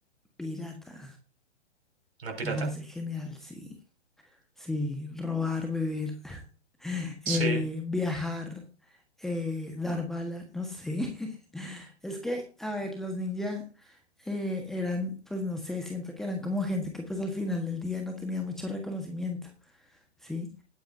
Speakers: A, in the centre; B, on the right (about 60°).
A: Pirata.
B: ¿Una pirata?
A: Me parece genial, sí. Sí, robar, beber, <laughs>
B: Sí,
A: eh, viajar, eh, dar bala, no sé. <laughs> Es que, a ver, los ninja eh, eran, pues no sé, siento que eran como gente que pues al final del día no tenía mucho reconocimiento, ¿sí?